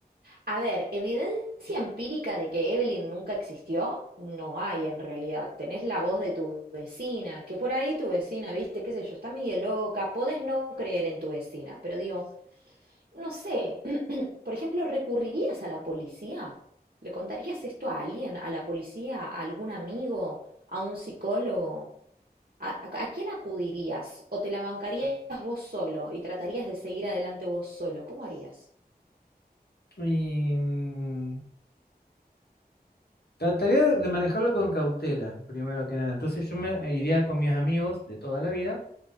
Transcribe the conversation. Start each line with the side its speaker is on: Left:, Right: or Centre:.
Right: A ver, evidencia empírica de que Evelyn nunca existió, no hay en realidad. Tenés la voz de tu vecina, que por ahí tu vecina, viste, qué sé yo, está medio loca, podés no creer en tu vecina, pero digo, No sé, <clears throat> por ejemplo, ¿recurrirías a la policía? ¿Le contarías esto a alguien, a la policía, a algún amigo, a un psicólogo? ¿A, a- a quién acudirías? ¿O te la bancarías vos solo y tratarías de seguir adelante vos solo? ¿Cómo harías?
Left: Y mm, trataría de manejarlo con cautela, primero que nada. Entonces yo me eh, iría con mis amigos de toda la vida,